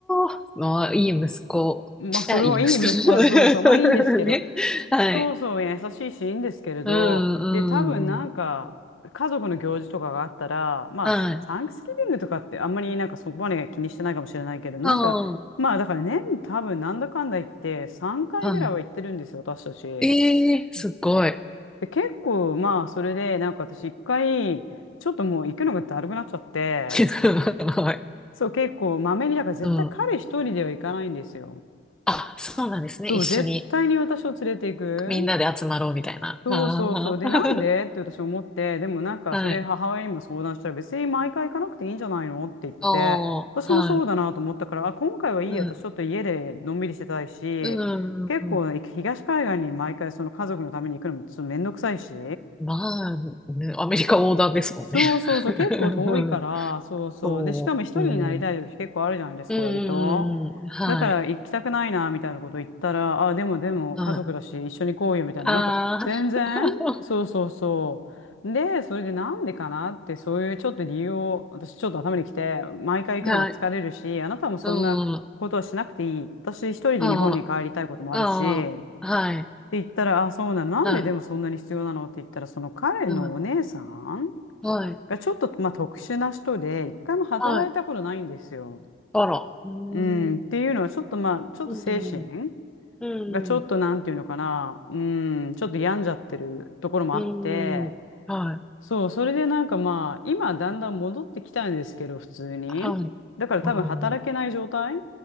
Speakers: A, in the centre; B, on the left.
A: あ、まあ、いい息子。
B: まあ、
A: じゃあ、
B: それはいい息子な、
A: いい息子。<laughs>
B: そうそう、まあ、いいんですけど、
A: ね。はい。
B: そうそう、優しいし、いいんですけれど、
A: うん、
B: で、多分、なんか、
A: うん、うん。
B: 家族の行事とかがあったら、まあ、
A: はい。
B: サンクスギビングとかって、あんまり、なんか、そこまで気にしてないかもしれないけれど、
A: ああ、
B: なんか、まあ、だから、年、多分、なんだかんだ言って、3回ぐらいは行ってるんですよ、
A: はい。
B: 私たち。
A: ええすごい。
B: で、結構、まあ、それで、なんか私一回、ちょっともう行くのがだるくなっちゃって、
A: <laughs> はい。
B: そう、結構、まめに、だから絶対彼一人では行かないんですよ。
A: うん。あ、そうなんですね。
B: そう、
A: 一緒に。
B: 絶対に私を連れて行く。
A: みんなで集まろうみたいな。
B: そうそうそう。
A: あー
B: で、なんでって私思って、でもなんか、
A: <laughs> はい。
B: それ母親にも相談したら、別に毎回行かなくていいんじゃないのって言って、
A: あーはい。
B: 私もそうだなと思ったから、あ、今回はいいや、
A: うん。
B: 私ちょっと家でのんびりしてたいし、
A: うん。
B: 結構、
A: うんうん
B: 東海岸に毎回その家族のために行くのもちょっとめんどくさいし、
A: まあ、ねアメリカ横断ですもんね。
B: そうそうそう、
A: <laughs>
B: 結構遠いから、
A: うん
B: そうそう。
A: そう。
B: で、しかも一人になりたい時結構あるじゃないですか、
A: うん。うん。うんうんはい。
B: 割と。だから行きたくないな、みたいなこと言ったら、あ、でもでも家族だし一緒に行こうよ、
A: うん。あ
B: みたいな。
A: あ。
B: なんか全然、
A: <laughs>
B: そうそうそう。で、それでなんでかなって、そういうちょっと理由を、私ちょっと頭にきて、毎回行くのは疲れるし、
A: はい。
B: あなたもそんなことはしなくていい。
A: うん。
B: 私一人で日本に帰りたいこともあるし、
A: ああ。ああ。はい。
B: って言ったら、あ、そうなの。なんででもそんなに必要なのって言ったら、
A: は
B: その彼のお姉さん
A: い。うん。はい。
B: がちょっと、まあ、特殊な人で、一回も働いたことないんですよ。
A: はい。あら。うん。
B: うん、っていうのは、ちょっとまあ、ちょっと精神
A: うん。う
B: がちょっとなんていうのかな、
A: ん。
B: うん、ちょっと病んじゃってるところもあって、
A: うん。はい。
B: そう、それでなんかまあ、今だんだん戻ってきたんですけど、普通に。
A: はい。
B: だから多分働けない状態
A: うん。う